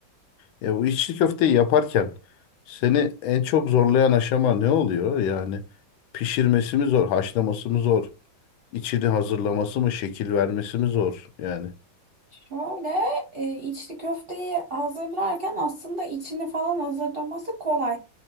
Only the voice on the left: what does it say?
Ya bu içli köfteyi yaparken seni en çok zorlayan aşama ne oluyor? Yani pişirmesi mi zor, haşlaması mı zor, içini hazırlaması mı, şekil vermesi mi zor? Yani.